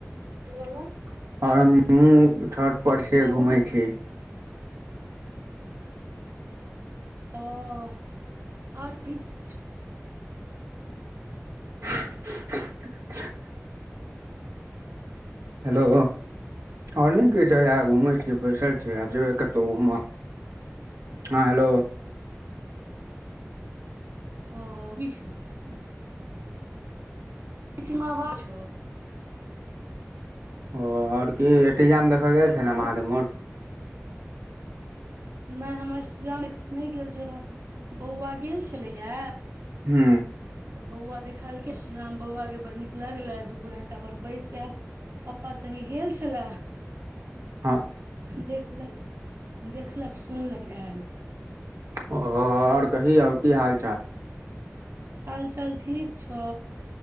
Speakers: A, on the right; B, on the right.
A: हालो हमहू छत पर
B: हेलो
A: छी घूमै छी <inaudible>
B: ओ आओर कही किछो
A: <inaudible> हेलो ओर नय के छै घुम छिय बैसल छियै आब जेबै कतहु घूम हँ हेलो
B: <inaudible> <unintelligible>
A: ओ ओर की अष्ठजाम मे देखल गेल
B: हेलो
A: छेलै महादेव मोठ
B: नय हम इष्टजान नय गेल छलहुँ बौआ गेल छलैया
A: हूँ
B: तऽ बौआ देखलक अष्टजाम बौआ के बड़ नीक लगले दू घंटा अपन बैस आल पपा सङ्गे गेल छलए
A: हँ
B: देखलक देखलक सुनलक आयल
A: ओ आओर कही आओर की हाल चाल
B: हाल चाल ठीक छअ